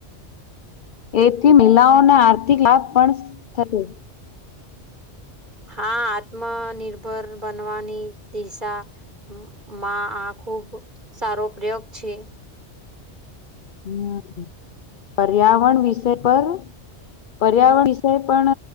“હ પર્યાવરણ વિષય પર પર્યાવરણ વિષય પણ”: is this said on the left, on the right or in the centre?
Left